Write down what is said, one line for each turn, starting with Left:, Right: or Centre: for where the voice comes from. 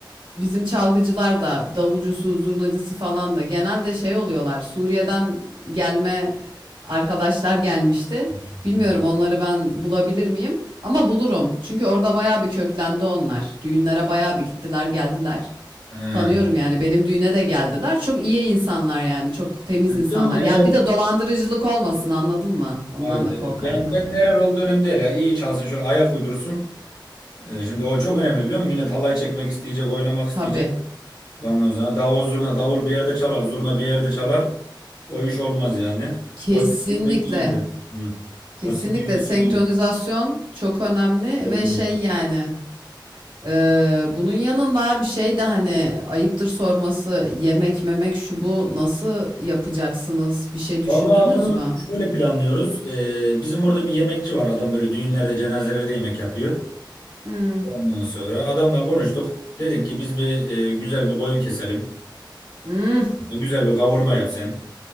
Right: bizim çalgıcılar da davulcusu, zurnacısı falan da genelde şey oluyorlar. Suriye'den gelme arkadaşlar gelmişti.
Left: Hı.
Right: Bilmiyorum onları ben bulabilir miyim? Ama bulurum. Çünkü orada bayağı bir köklendi onlar. Düğünlere bayağı bir gittiler, geldiler.
Left: He. He.
Right: Tanıyorum yani benim düğüne de geldiler. Çok iyi insanlar yani. Çok temiz insanlar.
Left: Yok
Right: Ya
Left: ya ben
Right: bir de dolandırıcılık olmasın anladın mı? Ondan
Left: evet
Right: da
Left: evet
Right: korkarım
Left: ben
Right: ben
Left: ben
Right: yani.
Left: nerel olduğu önemli değil ya iyi çalsın şöyle ayak uydursun. Ee, şimdi o çok önemli biliyor musun? Millet halay çekmek isteyecek, oynamak isteyecek.
Right: Tabii.
Left: Ondan sonra davul zurna davul bir yerde çalar, zurna bir yerde çalar. O iş olmaz yani.
Right: Kesinlikle.
Left: O sizin düğündeki iyiydi. Hı.
Right: Kesinlikle
Left: O sizin düğündeki
Right: senkronizasyon
Left: iyiydi.
Right: çok önemli
Left: Çok
Right: ve
Left: önemli.
Right: şey yani e, bunun yanında bir şey de hani ayıptır sorması yemek memek şu bu nasıl yapacaksınız bir şey düşündünüz
Left: Vallahi onu
Right: mü?
Left: şöyle planlıyoruz. Ee, bizim burada bir yemekçi var. Adam böyle düğünlerde, cenazelerde yemek yapıyor.
Right: Hmm.
Left: Ondan sonra adamla konuştuk. Dedik ki biz bir e, güzel bir koyun keselim.
Right: Hmm.
Left: Güzel bir kavurma yap sen.